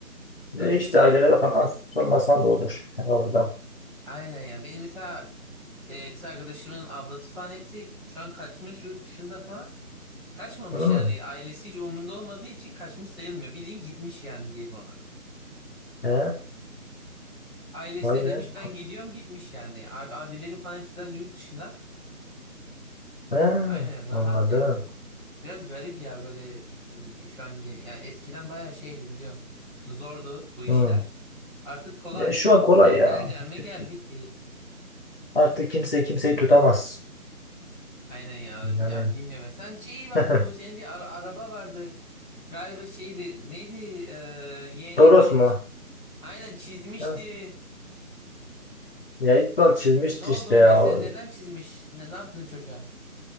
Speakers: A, in the centre; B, on the left.
A: Özgürsün.
B: e işte ailelere falan sormasan da olur ha, orada.
A: Aynen ya. Benim mesela e, kız arkadaşımın ablası falan hepsi şu an kaçmış yurt dışında falan. Kaçmamış
B: Hı.
A: yani ailesi hiç umrunda olmadığı için kaçmış sayılmıyor. Bildiğin gitmiş yani diyelim ona.
B: He.
A: Ailesine
B: Vay be.
A: demiş ben gidiyorum gitmiş yani. Abi, abileri falan hepsi zaten yurt dışında.
B: He.
A: Aynen rahat
B: Anladım.
A: yani. Biraz garip ya böyle e, şu an gen- yani eskiden bayağı şeydi biliyorsun. Zordu bu işler.
B: Hı.
A: Artık kolay.
B: Ya şu an kolay ya.
A: Geleceğim
B: Artık,
A: mi gel bitti.
B: artık kimse kimseyi tutamaz.
A: Aynen ya. Yani
B: Yani
A: bilmiyorum ya. Sen şey vardı
B: <laughs>
A: bu senin bir ara- araba vardı. Galiba şeydi neydi e, yeğenin
B: Toros
A: mi? Ç-
B: mu?
A: Aynen çizmişti.
B: Ha. Ya İkbal çizmişti
A: Ne oldu
B: işte
A: o
B: ya.
A: mesela neden çizmiş? Ne, ne yaptın çocuğa?